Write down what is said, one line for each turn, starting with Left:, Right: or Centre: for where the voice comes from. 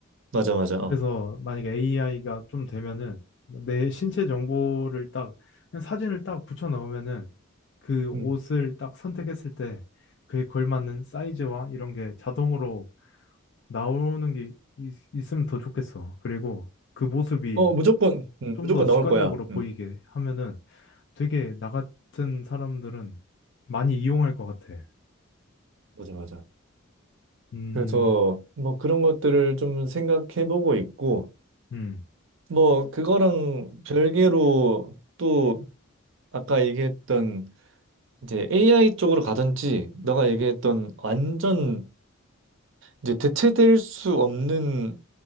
Right: 맞아, 맞아. 어,
Left: 그래서 만약에 AI가 좀 되면은 내 신체 정보를 딱 그냥 사진을 딱 붙여 넣으면은 그
Right: 음.
Left: 옷을 딱 선택했을 때 그에 걸맞는 사이즈와 이런 게 자동으로 나오는 게 있, 있으면 더 좋겠어. 그리고 그 모습이
Right: 어, 무조건, 음,
Left: 좀
Right: 무조건
Left: 더 직관적으로
Right: 나올 거야.
Left: 보이게
Right: 음,
Left: 하면은 되게 나 같은 사람들은 많이 이용할 것 같아.
Right: 맞아, 맞아.
Left: 음,
Right: 그래서 뭐 그런 것들을 좀 생각해보고 있고
Left: 음,
Right: 뭐 그거랑 별개로 또 아까 얘기했던 이제 AI 쪽으로 가든지 너가 얘기했던 완전 이제 대체될 수 없는